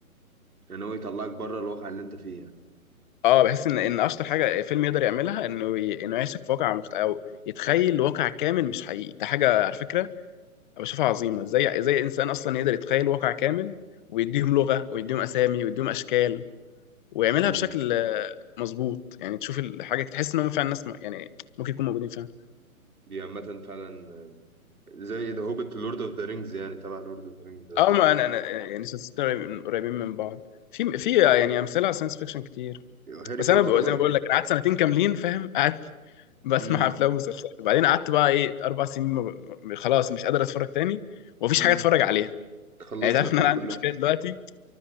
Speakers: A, on the right; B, on the left.
A: يعني هو يطلعك بره الواقع اللي انت فيه
B: اه بحس ان ان اشطر حاجه فيلم يقدر يعملها انه ي... انه يعيشك في واقع مخت... او يتخيل واقع كامل مش حقيقي ده حاجه على فكره أنا بشوفها عظيمه ازاي ازاي انسان اصلا يقدر يتخيل واقع كامل ويديهم لغه ويديهم اسامي ويديهم اشكال ويعملها
A: يعني
B: بشكل آه، مظبوط يعني تشوف الحاجه تحس ان هم فعلا ناس م- يعني ممكن يكونوا موجودين فعلا
A: دي عامة فعلا زي ذا هوبيت لورد اوف ذا رينجز يعني تبع لورد اوف ذا رينجز ده
B: اه
A: صح؟
B: ما انا انا يعني سلسلتين قريبين من بعض في في يعني امثله على ساينس فيكشن كتير
A: هاري
B: بس
A: بوتر
B: انا ب- زي
A: برضو
B: ما بقول لك انا قعدت سنتين كاملين فاهم قاعد بسمع
A: امم
B: افلام ومسلسلات وبعدين قعدت بقى ايه اربع سنين م... م... خلاص مش قادر اتفرج تاني ومفيش
A: امم
B: حاجه اتفرج عليها
A: خلصت
B: يعني تعرف
A: الافلام
B: ان انا عندي
A: كلها
B: مشكله دلوقتي